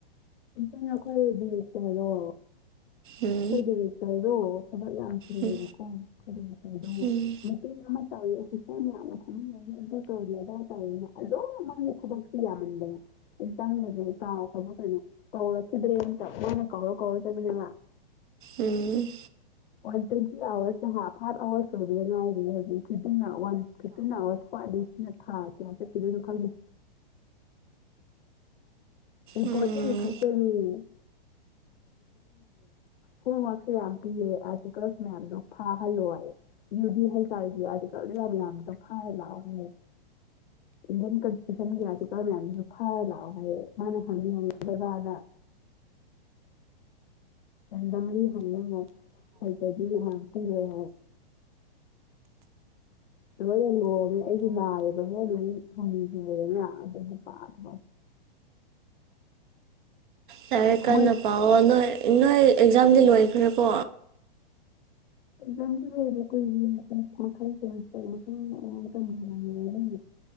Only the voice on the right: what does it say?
ꯎꯝ
ꯎꯝ
ꯎꯝ
ꯎꯝ
ꯎꯝ
ꯌꯥꯔꯦ ꯀꯟꯅ
ꯄꯥꯎꯑꯣ ꯅꯣꯏ ꯅꯣꯏ ꯑꯦꯛꯖꯥꯝꯗꯤ ꯂꯣꯏꯈ꯭ꯔꯦꯀꯣ